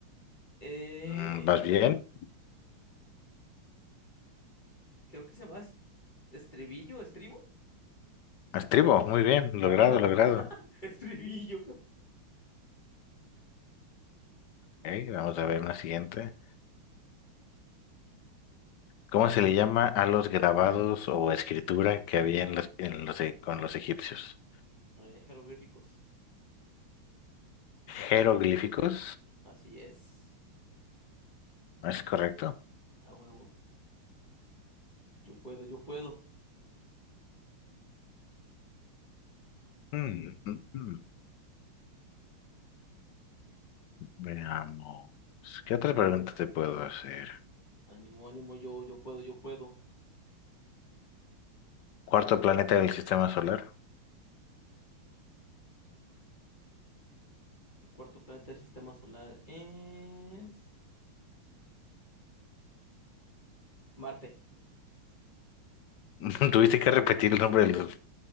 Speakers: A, on the left; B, on the left.
A: Eh,
B: Mm, ¿Vas bien?
A: creo que se llama es- estribillo, estribo.
B: Estribo, muy bien, logrado,
A: A huevo,
B: logrado.
A: <laughs> estribillo.
B: Ok, vamos a ver la siguiente. ¿Cómo se le llama a los grabados o escritura que había en los, en los e- con los egipcios?
A: Eh, jeroglíficos,
B: ¿Jeroglíficos?
A: así es,
B: ¿Es correcto?
A: a huevo. Yo puedo, yo puedo.
B: Mm, mm, mm. Veamos. ¿Qué otra pregunta te puedo hacer?
A: Ánimo, ánimo, yo, yo puedo, yo puedo.
B: ¿Cuarto planeta del sistema solar?
A: El cuarto planeta del sistema solar es Marte.
B: <laughs> ¿Tuviste que repetir el nombre de los